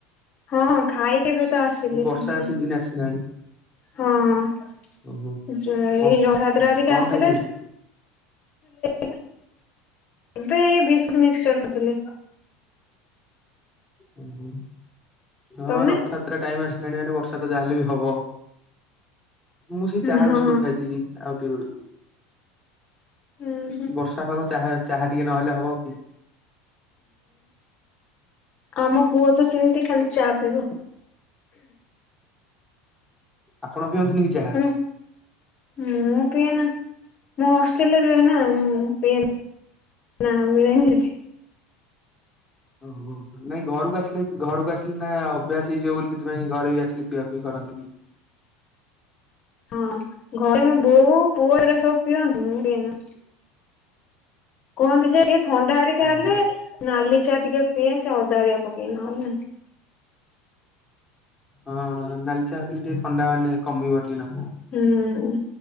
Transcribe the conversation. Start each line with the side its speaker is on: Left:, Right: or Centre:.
Left: ହଁ ଖାଇକି ଏବେତ ଆସିଲି
Centre: ବର୍ଷା
Left: ସାଙ୍ଗେ ସାଙ୍ଗେ।
Centre: ସିଜିନ ଆସିଲାଣି
Left: ହଁ
Centre: ଓହୋ
Left: ଯ
Centre: କଣ
Left: ଏଇ ରଥଯାତ୍ରା ହେରିକା
Centre: କଣ
Left: ଆସିଲେ
Centre: ଖାଇଛନ୍ତି?
Left: ଏବେ ଏଇ ବିସ୍କୁଟ ମିକ୍ସଚର୍ ଖାଉଥିଲି।
Centre: ଉଁ ହୁଁ ହଁ
Left: ତମେ
Centre: ରଥଯାତ୍ରା ଟାଇମ ଆସି ଲାଣି ମାନେ ବର୍ଷା ତ ଯାହାେଲେ ବି ହବ। ମୁଁ ସେ ଚାହା
Left: ହଁ
Centre: ବିସ୍କୁଟ ଖାଇଥିଲି ଆଉ ଟିକେ ବେଳକୁ
Left: ଉହୁଁ।
Centre: ବର୍ଷା ପାଗ ଚାହା ଚାହା ଟିକେ ନହେଲେ ହବ କି
Left: ଆମ ପୁଅ ତ ସେମିତି ଖାଲି ଚା ପିଇବ।
Centre: ଆପଣ ପିଅନ୍ତିନି କି ଚାହା?
Left: ହେଲା ମୁଁ ପାଏନା। ମୁଁ ହଷ୍ଟେଲ ରୁହେ ନା ମୁଁ ପିଏନି ନା ମିଳେନି ଏଠି।
Centre: ଆଉ ହଉ ନାଇଁ ଘରକୁ ଆସିଲେ ଘରକୁ ଆସିଲି ନା ଅଭ୍ୟାସ ହେଇଯିବ ବୋଲି ସେଥିପାଇଁ ଘରେ ବି ଆସିଲି ପିଆପୁଇ କରନ୍ତିନି।
Left: ହଁ ଘରେ ମୋ ବୋଉ ପୁଅ ଏରା ସବୁ ପିଅନ୍ତୁ ମୁଁ ପିଏନା। କୁହନ୍ତି ଯେ ଇଏ ଥଣ୍ଡା ଆରିକା
Centre: ଓହୋ
Left: ହେଲେ ନାଲି ଚା ଟିକେ ପିଏ ସେ ଅଦା ଆରିକା ପକେଇ ନହେଲେ ନାଇ।
Centre: ହଁ ନାଲି ଚା ପିଇଲେ ଟିକେ ଥଣ୍ଡା ମାନେ କମିବ ଟିକେ ନାକୁରୁ।
Left: ହୁଁ